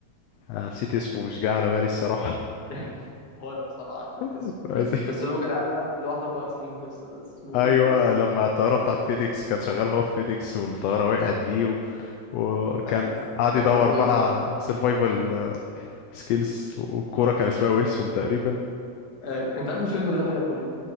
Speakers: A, on the left; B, on the left.
A: آه، نسيت اسمه مش جاي على بالي الصراحه
B: <laughs> هو انا بصراحه نسيت اسمه
A: <laughs> بس
B: بس اللي هو كان قاعد لوحده اربع سنين ده استنى اسمه
A: ايوه
B: ايه
A: لما الطياره بتاعت فيديكس كان شغال هو في فيديكس والطياره وقعت بيه و... وكان
B: اي
A: قاعد
B: كان
A: يدور
B: اسمه
A: بقى
B: ايه بقى
A: على سرفايفل سكيلز والكوره كان اسمها ويلسون تقريبا
B: اي انت عارف الفيلم ده بحبه ليه